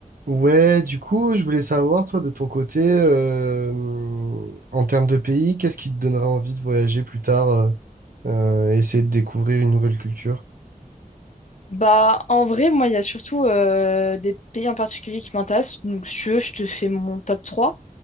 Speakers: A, on the right; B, on the left.
A: Ouais, du coup, je voulais savoir, toi, de ton côté, euh, en termes de pays, qu'est-ce qui te donnerait envie de voyager plus tard, euh, euh, essayer de découvrir une nouvelle culture?
B: Bah, en vrai, moi, il y a surtout euh, des pays en particulier qui m'intéressent. Donc, si tu veux, je te fais mon top 3.